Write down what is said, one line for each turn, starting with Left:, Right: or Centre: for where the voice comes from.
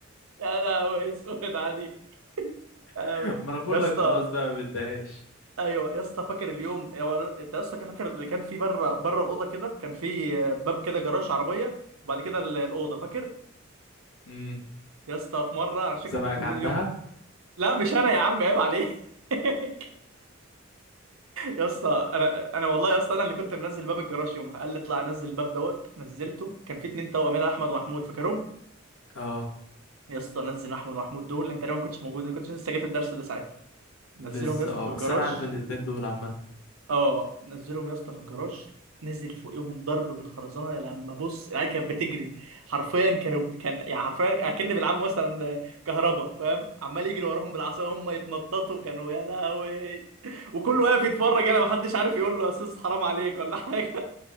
Right: يا لهوي اسود عليك يا لهوي
Left: <laughs> ما انا بقول
Right: يا اسطى
Left: لك خلاص بقى ما بديهاش
Right: ايوه يا اسطى فاكر اليوم هو انت يا اسطى كان فاكر اللي كان في بره بره الاوضه كده كان في باب كده جراج عربيه وبعد كده ال- الاوضه فاكر
Left: امم
Right: يا اسطى في مره انا مش فاكر
Left: زمانك
Right: انت كنت موجود
Left: عندها
Right: اليوم لا مش انا يا عم عيب عليك <laughs> يا اسطى انا انا والله يا اسطى انا اللي كنت منزل باب الجراج يومها قال لي اطلع نزل الباب دوت نزلته كان في اتنين توأم يلا احمد ومحمود فاكرهم
Left: اه
Right: يا اسطى نزل احمد ومحمود دول انت لو ما كنتش موجود انا كنت لسه جيت الدرس ده ساعتها نزلهم
Left: لسه
Right: يا اسطى
Left: اه
Right: في
Left: بس
Right: الجراج
Left: انا عارف الاتنين دول عامه
Right: اه نزلهم يا اسطى في الجراج نزل فوقيهم ضرب بالخرزانه لما بص العيال كانت بتجري حرفيا كانوا كان يعني حرفيا اكن بيلعبوا مثلا كهربا فاهم عمال يجري وراهم بالعصا وهم يتنططوا كانوا يا لهوي وكله واقف يتفرج انا ما حدش عارف يقول له يا استاذ حرام عليك ولا <laughs> حاجه